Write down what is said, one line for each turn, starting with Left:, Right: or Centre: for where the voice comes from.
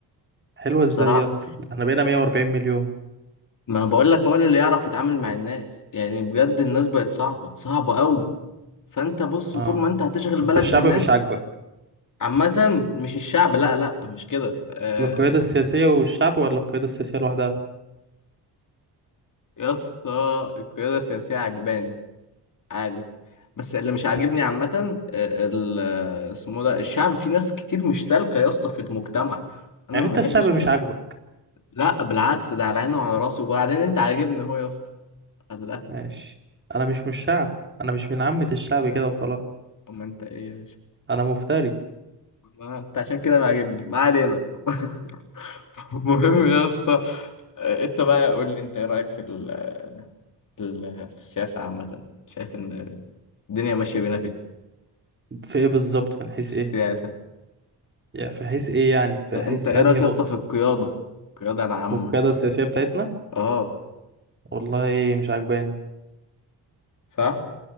Right: حلوة ازاي
Left: بصراحه
Right: يا اسطى ده احنا بقينا 140 مليون
Left: ما بقول لك هو اللي يعرف يتعامل مع الناس يعني بجد الناس بقت صعبة صعبة قوي فانت بص
Right: اه
Left: طول ما انت هتشغل بالك
Right: انت الشعب
Left: بالناس
Right: مش عاجبك
Left: عامة مش الشعب لا لا مش كده آه،
Right: القيادة السياسية والشعب ولا القيادة السياسية لوحدها
Left: يا اسطى القيادة السياسية عجباني عادي بس اللي مش عاجبني
Right: طب،
Left: عامة آه، ال- آه، اسمه ده الشعب في ناس كتير مش سالكة يا اسطى في المجتمع انا
Right: يعني
Left: ما
Right: انت
Left: بحبش
Right: الشعب مش
Left: كده
Right: عاجبك
Left: لا بالعكس ده على عيني وعلى راسي وبعدين انت عاجبني اهو يا اسطى قال لا
Right: ماشي انا مش من الشعب انا مش من عامة الشعب كده وخلاص
Left: اما انت ايه يا
Right: انا مفتري
Left: ما انت عشان كده ما عاجبني ما علينا <laughs> مهم يا اسطى آه، انت بقى قول لي انت ايه رايك في ال... في ال... في السياسه عامه شايف ان الدنيا ماشيه بينا فين
Right: في ايه بالظبط من حيث
Left: في السياسه
Right: ايه يعني في حيث ايه يعني في
Left: آه،
Right: حيث
Left: انت ايه
Right: انهي
Left: رايك
Right: نقطة
Left: يا اسطى في القياده القياده العامه
Right: والقيادة السياسية بتاعتنا
Left: اه
Right: والله مش عاجباني
Left: صح